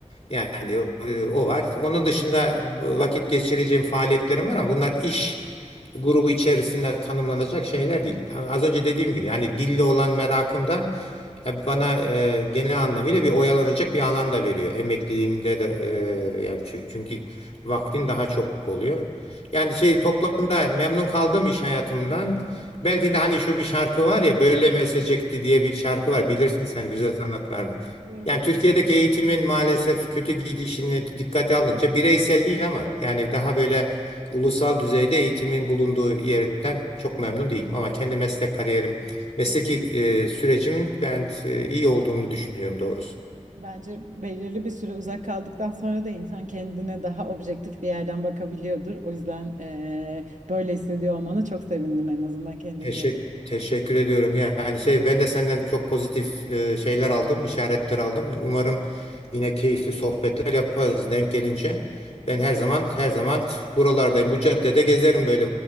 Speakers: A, on the left; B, on the right.
A: Yani e, o var. Onun dışında vakit geçireceğim faaliyetlerim var ama bunlar iş grubu içerisinde tanımlanacak şeyler değil. Yani Az önce dediğim gibi yani dille olan merakım da ya bana e, genel anlamıyla bir oyalanacak bir alan da veriyor. Emekliliğimde de e, yani çü- çünkü vaktin daha çok oluyor. Yani şey toplamında memnun kaldım iş hayatımdan. Belki de hani şu bir şarkı var ya böyle mi esecekti diye bir şarkı var. Bilirsin sen güzel sanatlarını.
B: Kesinlikle.
A: Yani Türkiye'deki eğitimin maalesef kötü gidişini dikkate alınca bireysel değil ama yani daha böyle ulusal düzeyde eğitimin bulunduğu yerden çok memnun değilim. Ama kendi meslek kariyerim, mesleki e, sürecimin ben e, iyi olduğunu düşünüyorum doğrusu.
B: Bence belirli bir süre uzak kaldıktan sonra da insan kendine daha objektif bir yerden bakabiliyordur. O yüzden eee, böyle hissediyor olmana çok sevindim en azından kendinle.
A: Teşekkür, teşekkür ediyorum. Yani şey ben de senden çok pozitif e, şeyler aldım, işaretler aldım. Umarım yine keyifli sohbetler yaparız denk gelince. Ben her zaman her zaman buralardayım. Bu caddede gezerim böyle